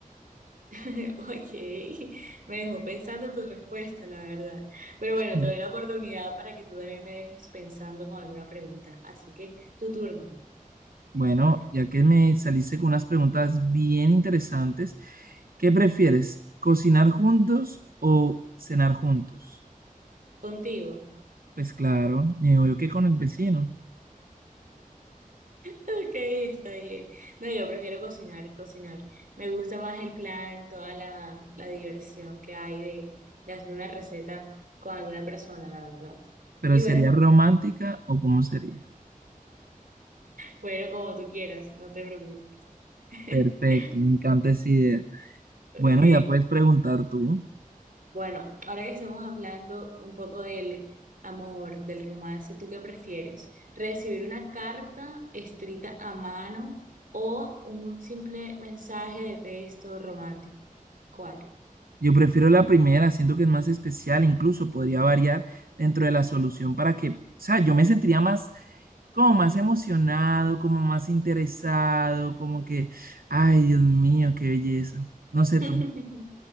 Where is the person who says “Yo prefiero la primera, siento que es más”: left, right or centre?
Right